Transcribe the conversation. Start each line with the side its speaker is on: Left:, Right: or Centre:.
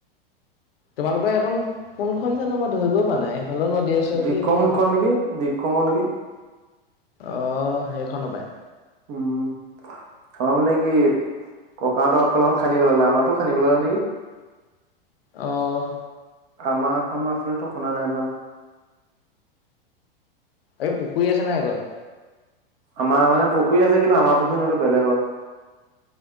Left: তোমালোকৰ এখন কোনখন জানমত ধৰিবও পৰা নাই সেইফালেও নদী আছে
Right: দিকংখন
Left: বুলি মই ভবা
Right: নেকি দিকং নেকি
Left: আহ সেইখন সপায়
Right: উম! আমাৰ মানে কি ককাহঁতৰ আগফালে এখন খানি পেলালে, আমাতো খানি পেলালে নেকি?
Left: অঁ
Right: আমাৰ এখনো আগফালে খনা নাই বা।
Left: এই পুখুৰী আছে নাই ঘৰত
Right: আমাৰ মানে পুখুৰী আছে কিন্তু আমাৰ পুখুৰী সেতো বেলেগৰ